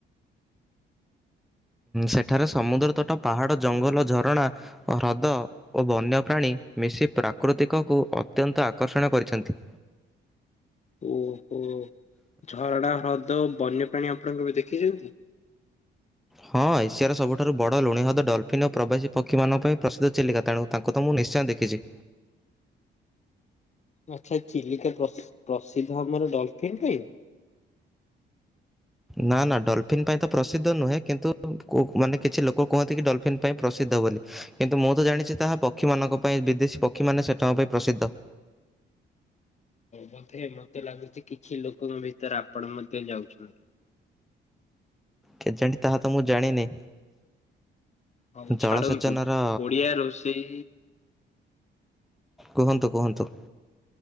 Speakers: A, in the centre; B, on the left.
A: ସେଠାରେ ସମୁଦ୍ର ତଟ ପାହାଡ଼ ଜଙ୍ଗଲ ଝରଣା ହ୍ରଦ ଓ ବନ୍ୟପ୍ରାଣୀ ମିଶି ପ୍ରାକୃତିକକୁ ଅତ୍ୟନ୍ତ ଆକର୍ଷଣ କରିଛନ୍ତି।
B: ଓହୋ ଝରଣା ହ୍ରଦ ବନ୍ୟପ୍ରାଣୀ ଆପଣଙ୍କ କେବେ ଦେଖିଛନ୍ତି?
A: ହଁ ଏସିଆର ସବୁଠାରୁ ବଡ଼ ଲୁଣି ହ୍ରଦ ଡଲ୍ଫିନ୍ ଓ ପ୍ରବାସୀ ପକ୍ଷୀମାନଙ୍କ ପାଇଁ ପ୍ରସିଦ୍ଧ ଚିଲିକା ତେଣୁ ତାଙ୍କୁ ତ ମୁଁ ନିଶ୍ଚୟ ଦେଖିଛି।
B: ଆଚ୍ଛା ଚିଲିକା ତା ପ୍ରସିଦ୍ଧ ଆମର ଡଲଫିନ୍ ପାଇଁ।
A: ନା ନା ଡଲଫିିନ ପାଇଁ ତ ପ୍ରସିଦ୍ଧ ନୁହେଁ କିନ୍ତୁ କୁ ମାନେ କିଛି ଲୋକ କୁହନ୍ତି କି ଡଲଫିନ୍ ପାଇଁ ପ୍ରସିଦ୍ଧ ବୋଲି। କିନ୍ତୁ ମୁଁ ତ ଜାଣିଛି ତାହା ପକ୍ଷୀମାନଙ୍କ ପାଇଁ ବିଦେଶୀ ପକ୍ଷୀମାନେ ସେଠାଙ୍କ ପାଇଁ ପ୍ରସିଦ୍ଧ।
B: ବୋଧେ ମତେ ଲାଗୁଛି କିଛି ଲୋକଙ୍କ ଭିତରେ ଆପଣ ମଧ୍ୟ ଯାଉଛନ୍ତି।
A: କେଜାଣି ତାହା ତ ମୁଁ ଜାଣିନି।
B: ହଉ
A: ଜଳସେଚନର
B: ଛାଡ଼ନ୍ତୁ ଓଡ଼ିଆ ରୋଷେଇ
A: କୁହନ୍ତୁ କୁହନ୍ତୁ?